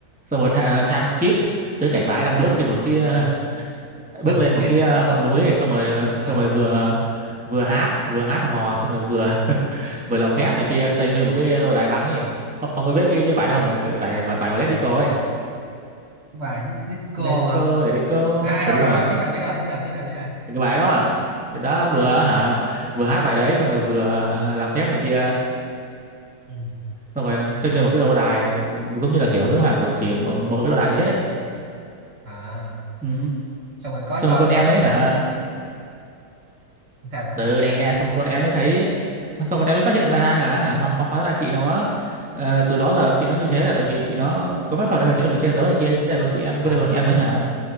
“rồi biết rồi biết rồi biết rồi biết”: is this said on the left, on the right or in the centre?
Right